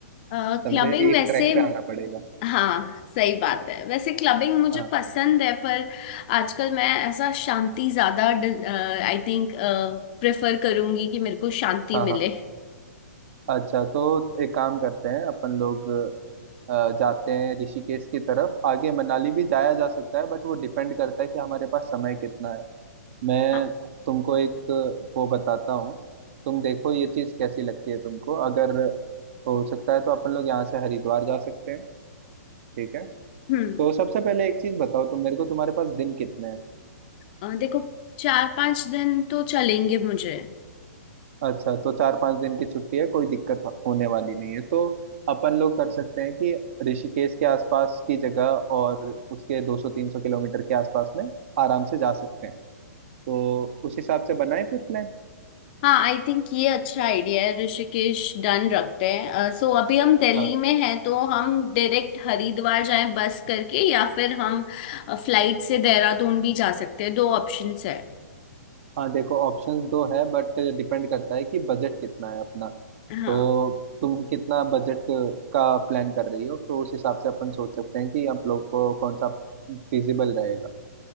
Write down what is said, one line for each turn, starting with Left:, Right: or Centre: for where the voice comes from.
Left: क्लबिंग
Right: समझे एक
Left: वैसे
Right: ट्रैक पे आना पड़ेगा
Left: हाँ सही बात है वैसे क्लबिंग मुझे
Right: हाँ
Left: पसंद है पर आजकल मैं ऐसा शांति ज्यादा आई थिंक प्रेफर करूंगी कि मेरे को शांति
Right: हाँ
Left: मिले
Right: हाँ अच्छा तो एक काम करते हैं अपन लोग अ, जाते हैं ऋषिकेश की तरफ आगे मनाली भी जाया जा सकता है बट वो डिपेंड करता है कि हमारे पास समय कितना है मैं
Left: हाँ,
Right: तुमको एक वो बताता हूँ तुम देखो ये चीज़ कैसी लगती है तुमको अगर हो सकता है तो अपन लोग यहाँ से हरिद्वार जा सकते हैं ठीक है
Left: हम्म
Right: तो सबसे पहले एक चीज़ बताओ तुम मेरे को तुम्हारे पास दिन कितने हैं
Left: अ, देखो चार पांच दिन तो चलेंगे मुझे
Right: अच्छा तो चार पांच दिन की छुट्टी है कोई दिक्कत होने वाली नहीं है तो अपन लोग कर सकते हैं कि ऋषिकेश के आसपास की जगह और उसके 200-300 किलोमीटर के आसपास में आराम से जा सकते हैं तो उस हिसाब से बनाए फिर प्लान
Left: हाँ आई थिंक ये अच्छा आइडिया है ऋषिकेश डन रखते हैं सो अभी हम दिल्ली
Right: हाँ
Left: में हैं तो हम डायरेक्ट हरिद्वार जाएं बस करके या फिर हम फ्लाइट से देहरादून भी जा सकते हैं दो ऑप्शंस है
Right: हाँ देखो ऑप्शंस दो है बट डिपेंड करता है कि बजट कितना है अपना
Left: हाँ
Right: तो तुम कितना बजट का प्लान कर रही हो तो उस हिसाब से अपन सोच सकते हैं कि आप लोग को कौन सा फिजिबल रहेगा